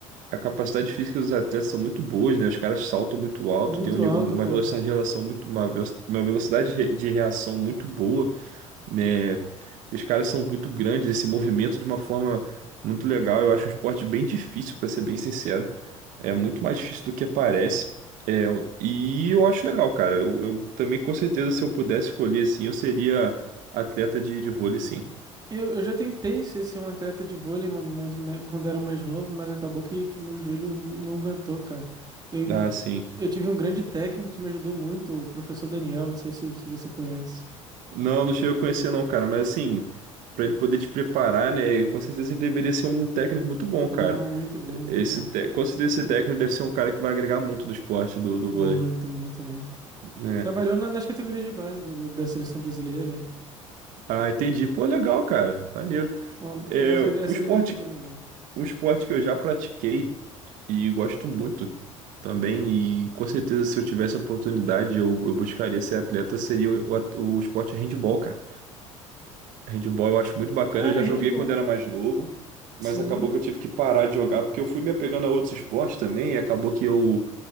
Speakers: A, on the right; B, on the right.
A: a capacidade física dos atletas são muito boas, né? Os caras saltam muito alto,
B: Muito
A: tem um-
B: alto,
A: uma
B: cara.
A: velocidade de relação muito, uma velo- uma velocidade de re- de reação muito boa. né? Os caras são muito grandes, esse movimento de uma forma muito legal. Eu acho um esporte bem difícil, para ser bem sincero. É muito mais difícil do que parece. É, e eu acho legal, cara. Eu, eu também, com certeza, se eu pudesse escolher assim, eu seria atleta de, de vôlei, sim.
B: Eu, eu já tentei ser, ser um atleta de vôlei ma- mas, mas- quando era mais novo, mas acabou que, que meu joelho não aguentou, cara. Eu,
A: Ah, sim.
B: eu tive um grande técnico que me ajudou muito, o professor Daniel, não sei se, se você conhece.
A: Não, não cheguei a conhecer, não, cara. Mas assim, para ele poder te preparar, né? Com certeza ele deveria ser um técnico muito bom,
B: Não,
A: cara.
B: muito bom, muito
A: Esse,
B: bom.
A: te- com certeza esse técnico deve ser um cara que vai agregar muito no esporte do, do
B: Muito,
A: vôlei,
B: muito, muito.
A: né?
B: Trabalhou na- nas categorias de base do- da seleção brasileira. hein?
A: Ah, entendi. Pô, legal, cara. Maneiro.
B: Bom,
A: É,
B: Mas essa
A: um esporte,
B: vida não foi pra mim, não.
A: um esporte que eu já pratiquei e gosto muito também, e com certeza se eu tivesse a oportunidade, eu, eu buscaria ser atleta, seria o, o, at- o esporte handball, cara. Handball eu acho muito bacana.
B: Cara,
A: Eu já joguei
B: handball.
A: quando era mais novo, mas
B: Sim,
A: acabou que eu tive que parar de jogar, porque eu fui me apegando a outros esportes também, e acabou que eu,